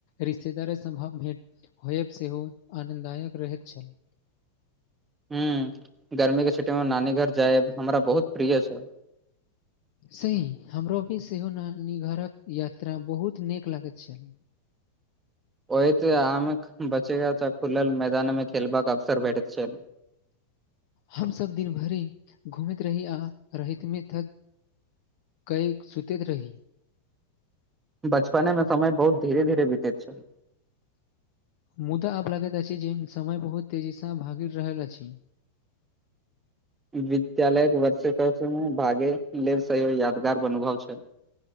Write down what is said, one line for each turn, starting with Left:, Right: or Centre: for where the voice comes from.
Left: रिश्तेदार सभक भेंट होयब सेहो आनन्ददायक रहैत छल
Right: हॅं, गर्मीके छुट्टीमे नानी घर जायब हमरा बहुत प्रिय छल
Left: सही हमरो भी सेहो नानी घरक यात्रा बहुत नीक लगैत छल
Right: ओहित आमे बचेगा <unintelligible> खुलल मैदानमे खेलबाक अवसर भेटैत छै
Left: हम सब दिन भरि घूमैत रही आ <unintelligible> रतमे तक <unintelligible> सुतैत रही
Right: बचपनेमे समय बहुत धीरे-धीरे बीतैत छै।
Left: मुदा आब लगैत अछि जे समय बहुत तेजीसँ भागि रहल अछि
Right: ह <inaudible> विद्यालय वार्षिकोत्सवमे भाग लेब सॅं यादगार अनुभव छै